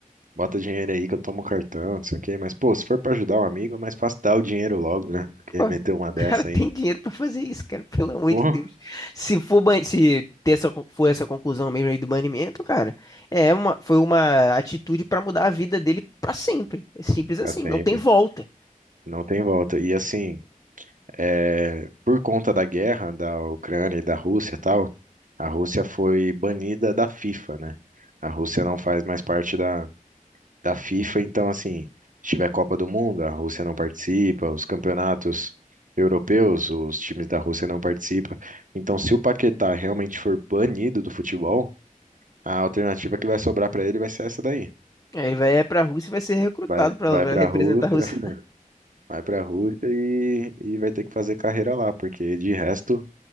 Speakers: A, on the right (about 65°); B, on the left (about 25°).
A: bota dinheiro aí que eu tomo o cartão, não sei o quê, mas, pô, se for pra ajudar um amigo, é mais fácil dar o dinheiro logo, né, do que
B: pô,
A: meter
B: o
A: uma dessa
B: cara <laughs> tem
A: aí.
B: dinheiro pra fazer isso, cara, pelo amor
A: Pô,
B: de Deus. Se for, ban- se ter essa, con- for essa conclusão mesmo aí do banimento, cara, é uma, foi uma atitude pra mudar a vida dele pra sempre. É simples
A: pra
B: assim,
A: sempre.
B: não tem volta.
A: Não tem volta. E assim, é, por conta da guerra da Ucrânia e da Rússia e tal, a Rússia foi banida da FIFA, né? A Rússia não faz mais parte da, da FIFA. Então, assim, se tiver Copa do Mundo, a Rússia não participa, os campeonatos europeus, os times da Rússia não participam. Então, se o Paquetá realmente for banido do futebol, a alternativa que vai sobrar para ele vai ser essa daí.
B: Aí Ele vai pra Rússia e vai ser recrutado
A: Vai,
B: pra
A: vai
B: pra
A: para
B: representar
A: a Rússia,
B: a Rússia.
A: <laughs> vai para a Rússia e, e vai ter que fazer carreira lá, porque de resto